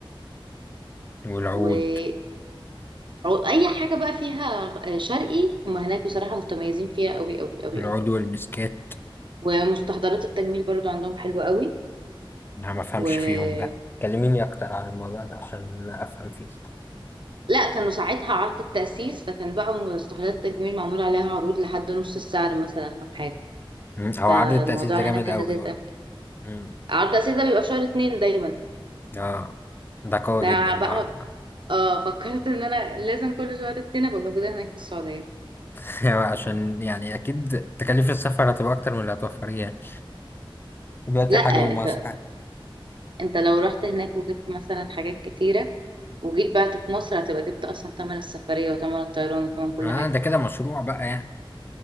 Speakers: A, on the left; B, on the right.
A: والعود
B: والعو... أي حاجة بقى فيها آه، شرقي هم هناك بصراحة متميزين فيها أوي أوي أوي
A: العود
B: أوي
A: والمسكات
B: ومستحضرات التجميل برضو عندهم حلوة أوي
A: انا ما افهمش
B: و
A: فيهم ده كلميني اكتر عن الموضوع ده عشان افهم فيه
B: لا كانوا ساعتها عرض التأسيس فكان بقى مستحضرات التجميل معمول عليها عروض لحد نص السعر مثلا أو حاجة
A: مم، هو
B: فالموضوع
A: عرض التأسيس ده جامد
B: هناك كان
A: قوي
B: لذيذ
A: بقى
B: أوي
A: مم.
B: عرض التأسيس ده بيبقى في شهر اتنين دايما
A: اه ده قوي
B: ده
A: جدا العرض
B: بقى
A: ده
B: اه فكرت ان انا لازم كل شهر اتنين ابقى موجودة هناك في السعودية
A: <laughs> هو عشان يعني اكيد تكاليف السفر هتبقى اكتر من اللي هتوفريه يعني دلوقتي
B: لا
A: الحاجة
B: انت
A: من مصر عادي
B: انت لو رحت هناك وجبت مثلا حاجات كتيرة وجيت بعت في مصر هتبقى جبت اصلا تمن السفرية وتمن الطيران وتمن كل
A: اه
B: حاجة
A: ده كده مشروع بقى يعني